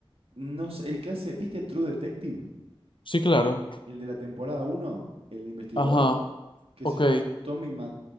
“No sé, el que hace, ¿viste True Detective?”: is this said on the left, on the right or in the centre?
Right